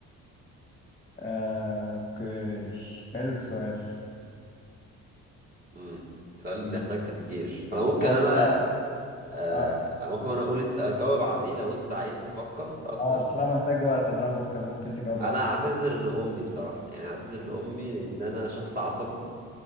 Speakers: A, on the left; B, on the right.
A: آه، أوكي حلو السؤال
B: مم. سؤال اللي
A: مم.
B: يحتاج تفكير انا ممكن
A: أه
B: انا
A: بصراحة
B: آه
A: آه،
B: ممكن انا اقول اس- اجاوب عليه لو انت عايز تفكر اكتر
A: آه، بصراحة محتاج وقت إن أنا أفكر ممكن تجاوب
B: انا
A: أنت
B: اعتذر لامي بصراحة يعني اعتذر لامي لان انا شخص عصبي